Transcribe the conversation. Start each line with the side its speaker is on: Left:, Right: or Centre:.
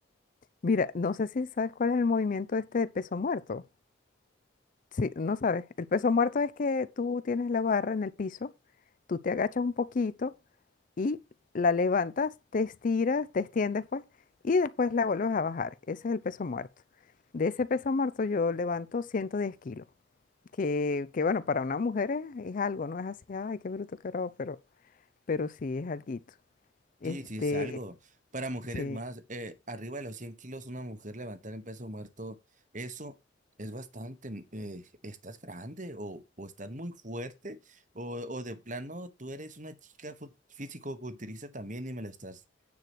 Left: Mira, no sé si sabes cuál es el movimiento este de peso muerto. Sí, no sabes. El peso muerto es que tú tienes la barra en el piso, tú te agachas un poquito y la levantas, te estiras, te extiendes pues, y después la vuelves a bajar. Ese es el peso muerto. De ese peso muerto yo levanto 110 kilos, que, que bueno, para una mujer es, es algo, no es así, ay, qué bruto, qué bravo, pero, pero sí es alguito. Este,
Right: Sí, sí, es algo. Para mujeres
Left: sí.
Right: más, eh, arriba de los 100 kilos, una mujer levantar en peso muerto, eso es bastante. eh, estás grande o, o estás muy fuerte o, o de plano tú eres una chica físico-culturista también y me lo estás